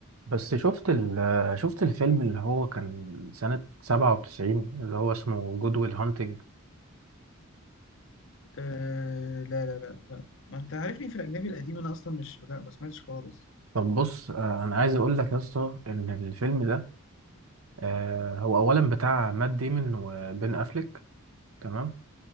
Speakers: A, on the right; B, on the left.
A: بس شفت ال شفت الفيلم اللي هو كان سنة سبعة وتسعين اللي هو اسمه جود ويل هانتنج
B: أه لا لا لا لا ما انت عارفني في الاجنبي القديم انا اصلا مش لا ما سمعتش خالص
A: طب بص آه، أنا عايز أقول لك يا اسطى إن الفيلم ده آه، هو أولا بتاع مات ديمون وبين أفليك تمام